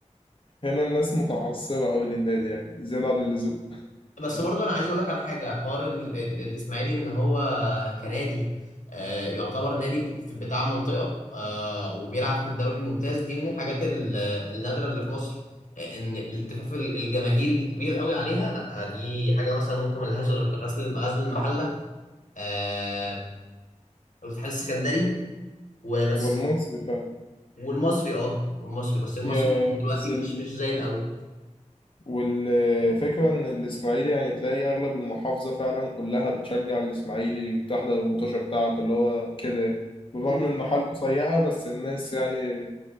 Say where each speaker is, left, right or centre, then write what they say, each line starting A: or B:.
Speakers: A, on the left; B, on the left.
A: الناس متعصبة قوي للنادي يعني زيادة عن اللزوم
B: بس برضو انا عايز اقول لك على حاجه حوار ال- ال- الاسماعيلي ان هو كنادي آه، يعتبر نادي في- بتاع منطقه آه، وبيلعب في الدوري الممتاز دي من الحاجات ال- النادره اللي في مصر آه، ان الالتفاف ال- الجماهيري الكبير قوي عليها لا دي حاجه مثلا ممكن ما لهاش غير في غزل غزل المحله آه، والاتحاد السكندري وبس
A: والمصري فعلا
B: والمصري اه والمصري بس المصري
A: يا
B: دلوقتي
A: بس ال...
B: مش مش زي الاول
A: والفكرة إن الإسماعيلي يعني تلاقي أغلب المحافظة فعلا كلها بتشجع الإسماعيلي وبتحضر المطوشة بتاعته اللي هو كده بالرغم
B: امم
A: إن حالته سيئة بس الناس يعني